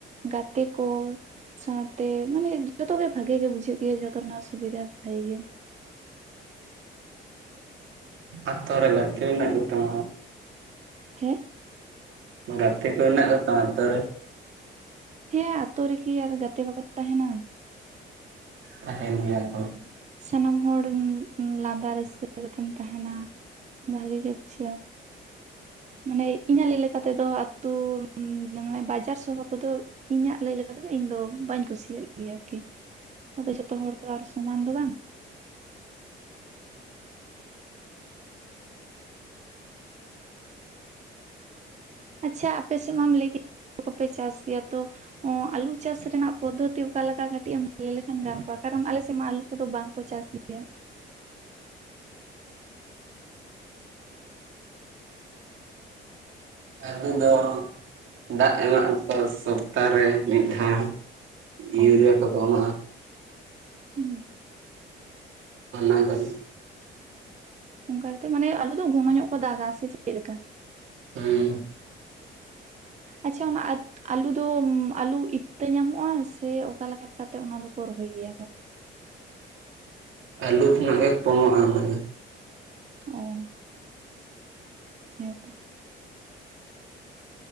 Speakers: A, on the right; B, on the right.
A: ᱜᱟᱛᱮ ᱠᱚ᱾ ᱥᱟᱶᱛᱮ ᱢᱟᱱᱮ ᱡᱚᱛᱚᱜ ᱜᱮ ᱵᱷᱟᱜᱮ ᱜᱮ ᱵᱩᱡᱷᱟᱹᱜ ᱜᱮᱭᱟ, ᱡᱚᱛᱚ ᱨᱮᱱᱟᱜ ᱥᱩᱵᱤᱫᱷᱟ ᱵᱷᱟᱜᱮ ᱜᱮᱭᱟ᱾
B: ᱟᱛᱳ ᱨᱮ ᱜᱟᱛᱮ ᱦᱮᱱᱟᱜ ᱠᱛᱟᱢᱟ?
A: ᱦᱮᱸ?
B: ᱜᱟᱛᱮ ᱠᱚ ᱦᱮᱱᱟᱜ ᱠᱚᱛᱟᱢᱟ ᱟᱛᱳ ᱨᱮ?
A: ᱦᱮᱸ ᱟᱛᱳ ᱨᱮᱜᱤ ᱟᱨ ᱜᱟᱛᱮ ᱵᱟᱠᱚ ᱛᱟᱦᱮᱱᱟ᱾
B: ᱛᱟᱦᱮᱸᱱ ᱜᱮᱭᱟ ᱠᱚ᱾
A: ᱥᱟᱱᱟᱢ ᱦᱚᱲ ᱞᱟᱸᱫᱟ ᱨᱟᱹᱥᱠᱟᱹ ᱠᱟᱛᱮᱢ ᱛᱟᱦᱮᱱᱟ ᱵᱷᱟᱜᱮ ᱜᱮ ᱵᱩᱡᱷᱟᱹᱜᱼᱟ᱾ ᱢᱟᱱᱮ ᱤᱧᱟᱹᱜᱟᱹᱭ ᱞᱮᱠᱟᱛᱮ ᱫᱚ ᱟᱛᱩ ᱢᱟᱱᱮ ᱵᱟᱡᱟᱨ ᱥᱚᱦᱚᱨ ᱠᱚᱫᱚ ᱤᱧᱟᱹᱜ ᱞᱟᱹᱭ ᱞᱮᱠᱟ ᱛᱮᱫ, ᱤᱧ ᱫᱚ ᱵᱟᱹᱧ ᱠᱩᱥᱤᱭᱟᱜ ᱜᱮᱭᱟ ᱟᱨᱠᱤ᱾ ᱟᱫᱚ ᱡᱚᱛᱚ ᱦᱚᱲ ᱛᱚ ᱟᱨ ᱥᱚᱢᱟᱱ ᱫᱚ ᱵᱟᱝ᱾ ᱟᱪᱪᱷᱟ ᱟᱯᱮ ᱥᱮᱫ ᱢᱟᱢ ᱞᱟᱹᱭ ᱠᱮᱫ <inaudible> ᱠᱚᱯᱮ ᱪᱟᱥ ᱜᱮᱭᱟ ᱛᱚ ᱟᱞᱩ ᱪᱟᱥ ᱨᱮᱱᱟᱜ ᱯᱚᱫᱽᱫᱷᱚᱛᱤ ᱚᱠᱟᱞᱮᱠᱟ, ᱠᱟᱹᱴᱤᱡ ᱮᱢ ᱞᱟᱹᱭ ᱞᱮᱠᱷᱟᱱ ᱜᱟᱱ ᱠᱚᱜᱼᱟ, ᱠᱟᱨᱚᱱ ᱟᱞᱮᱥᱮᱫ ᱢᱟ ᱟᱞᱩ ᱠᱚᱫᱚ ᱵᱟᱝᱠᱚ ᱪᱟᱥ ᱜᱮᱭᱟ᱾
B: ᱟᱵᱩ ᱫᱚ ᱫᱟᱜ ᱮᱢᱟᱜ ᱟᱠᱚ ᱥᱚᱯᱛᱟᱦᱚ ᱨᱮ ᱢᱤᱫ ᱫᱷᱟᱣ᱾ ᱤᱭᱨᱮᱭᱟ
A: ᱚ
B: ᱠᱚᱠᱚ ᱮᱢᱟᱼᱟ᱾
A: ᱦᱩᱸ
B: ᱚᱱᱟ ᱠᱚᱜᱮ᱾
A: ᱚᱱᱠᱟ ᱠᱟᱛᱮ ᱢᱟᱱᱮ, ᱟᱞᱩ ᱫᱚ ᱜᱷᱚᱱᱚ ᱧᱚᱜ ᱠᱚ ᱫᱟᱜᱟ ᱥᱮ ᱪᱮᱫ ᱞᱮᱠᱟ?
B: ᱦᱩᱸ
A: ᱟᱪᱪᱷᱟ ᱚᱱᱟ ᱟ ᱟᱞᱩ ᱫᱚ ᱟᱞᱩ ᱤᱛᱟᱹ ᱧᱟᱢᱚᱜᱼᱟ, ᱥᱮ ᱚᱠᱟᱞᱮᱠᱟ ᱠᱟᱛᱮᱜ ᱚᱱᱟ ᱫᱚᱠᱚ ᱨᱚᱦᱚᱭ ᱜᱮᱭᱟ ᱠᱚ?
B: ᱟᱞᱩ ᱠᱷᱱᱟᱜ ᱜᱮ ᱯᱚᱝᱚᱼᱟ ᱚᱱᱟ ᱫᱚ᱾
A: ᱚᱻ ᱦᱮᱸ ᱛᱚ